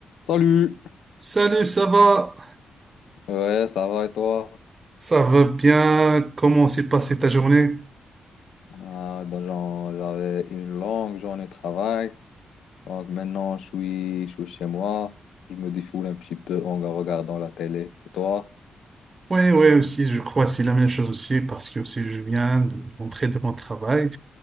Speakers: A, on the left; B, on the right.
A: Salut!
B: Salut, ça va?
A: Ouais, ça va et toi?
B: Ça va bien? Comment s'est passée ta journée?
A: Euh, donc, genre, j'avais une longue journée de travail. Donc maintenant, je suis, je suis chez moi. Je me défoule un petit peu en regardant la télé. Et toi?
B: Oui, oui, aussi, je crois que c'est la même chose aussi, parce que aussi, je viens de rentrer de mon travail.